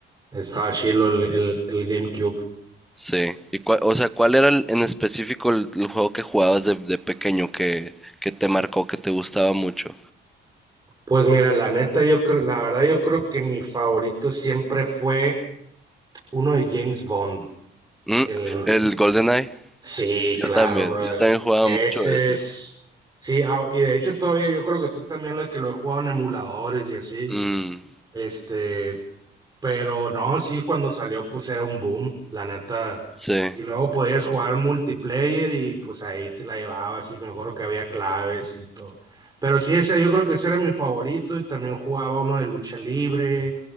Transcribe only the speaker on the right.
estaba chilo el, el, el GameCube.
Pues mira, la neta, yo creo, la verdad, yo creo que mi favorito siempre fue uno de James Bond.
El,
sí,
claro,
bro.
Ese
es, sí, ah, y de hecho todavía yo creo que tú también la que lo he jugado en emuladores y así.
Este, Pero no, sí, cuando salió, pues era un boom, la neta.
Y luego podías jugar multiplayer y pues ahí te la llevabas y me acuerdo que había claves y todo. Pero sí, ese yo creo que ese era mi favorito y también jugaba uno de lucha libre,